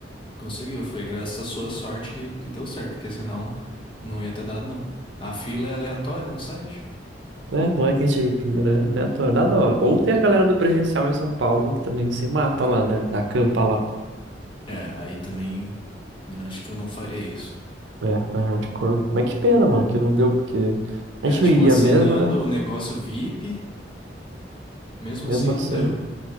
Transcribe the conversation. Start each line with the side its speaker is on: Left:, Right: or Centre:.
Left: Conseguiu, foi graças à sua sorte que, que deu certo, porque senão não ia ter dado, não. A fila é aleatória no site.
Right: Né? Não é que a gente, né? né, tô- Dá dó. Ou tem a galera do presencial em São Paulo que também se mata lá, né? Acampa lá.
Left: É, aí também eu acho que eu não faria isso.
Right: É, é hardcore. Mas que pena, mano, que não deu, porque a
Left: É,
Right: gente
Left: tipo,
Right: não iria
Left: assinando
Right: mesmo, né?
Left: o negócio VIP, mesmo
Right: Mesmo
Left: assim
Right: assim,
Left: não deu.